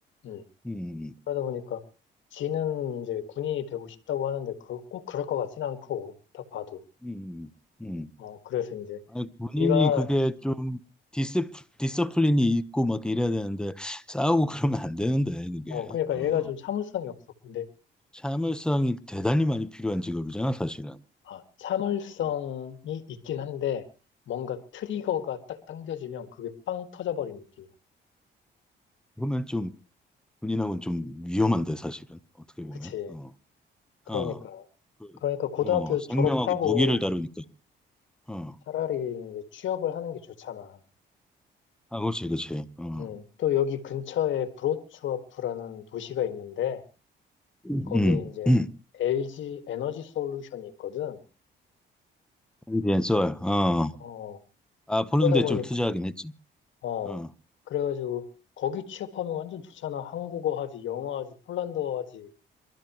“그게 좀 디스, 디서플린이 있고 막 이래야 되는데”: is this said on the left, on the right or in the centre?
Centre